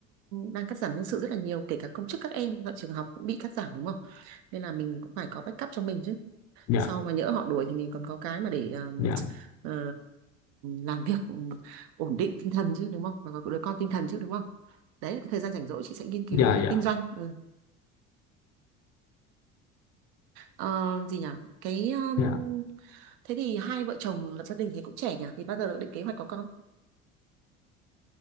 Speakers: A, on the right (about 60°); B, on the left (about 40°).
A: đang cắt giảm nhân sự rất là nhiều kể cả công chức các em tại trường học cũng bị cắt giảm đúng không nên là mình cũng phải có backup cho mình chứ
B: dạ
A: sau mà nhỡ họ đuổi thì mình còn có cái mà để ờm,
B: dạ
A: ờ, làm việc ổn định tinh thần chứ đúng không và có đứa con tinh thần chứ đúng không đấy là cái thời gian rảnh rỗi chị sẽ nghiên cứu
B: dạ
A: cái
B: dạ
A: kinh doanh Ừ. Ờ, gì nhỉ cái um,
B: dạ
A: thế thì hai vợ chồng lập gia đình thì cũng trẻ nhỉ thì bao giờ được định kế hoạch có con